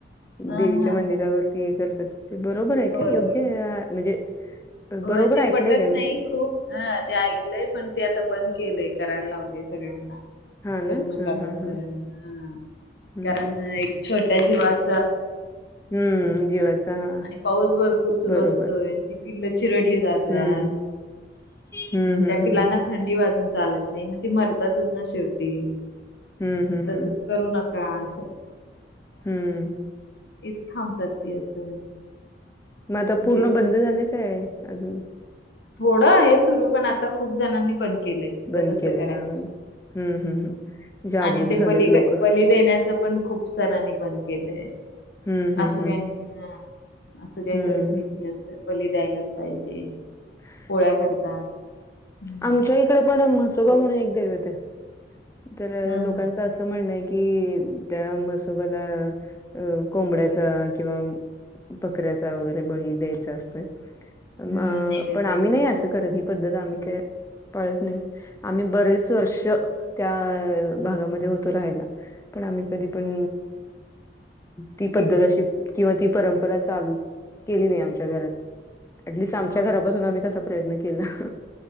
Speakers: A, on the left; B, on the left.
A: हा
B: देवीच्या
A: हा
B: मंदिरावरती
A: हा
B: हे करतात ते बरोबर आहे काय?
A: होय
B: योग्य
A: होय
B: म्हणजे
A: होय
B: बरोबर
A: ते
B: ऐकलंय
A: पटत
B: काय मी?
A: नाही खूप हं ते ऐकलंय पण ते आता बंद केलंय करायला लावले सगळ्यांना
B: हां
A: करू
B: ना?
A: नका
B: हां, हां,
A: तस
B: हां.
A: हा
B: हं.
A: कारण एक छोट्या जीवाचा
B: हं. जीवाचा हां.
A: आणि पाऊस भरपूर सुरु
B: बरोबर.
A: असतोय ती पिल्ल चिरडली जातत
B: हं. हं, हं,
A: त्या
B: हं.
A: पिलाना थंडी वाजून चालत नाही मग ती मरतातच ना शेवटी
B: हं, हं,
A: तस
B: हं.
A: करू नका असं
B: हम्म
A: इथ त थांबतात ती असं
B: मग आता
A: म्हणजे
B: पूर्ण बंद झाले काय अजून
A: थोडं आहे सुरू पण आता खूप जणांनी बंद केलंय
B: बंद
A: तस
B: केलंय?
A: करायचं
B: हां, म्हणजे हं,
A: हम
B: हं, हं. जागरूक
A: आणि ते
B: झालेत
A: बळी
B: लोकं.
A: काय बळी देण्याचं पण खूप जणांनी बंद केलंय
B: हं, हं,
A: असं
B: हं.
A: काय नाही हा असं काय
B: हं.
A: करत नाही की असं बळी द्यायलाच पाहिजे
B: <unintelligible>
A: पोळ्या करतात हम्म
B: आमच्या इकडे पण म्हसोबा
A: गोड
B: म्हणून एक दैवत आहे तर
A: हा
B: लोकांच
A: हा
B: अस त म्हणणंय कि त्या म्हसोबाला अ कोंबड्याचा किंवा बकऱ्याचा वगैरे बळी द्यायचा असतोय
A: हम्म
B: अ
A: नैवेद्य
B: पण आम्ही नाही असं करत पद्धत आम्ही काही पळत नाही आम्ही बरेच वर्ष त्या भागामध्ये होतो राहायला पण आम्ही कधी पण ती
A: केलं
B: पद्धत अशी
A: नाही ते
B: किंवा ती परंपरा चालू केली नाही आमच्या घरात अटलिस्ट आमच्या
A: होय
B: घरापासून आम्ही तसा प्रयत्न केला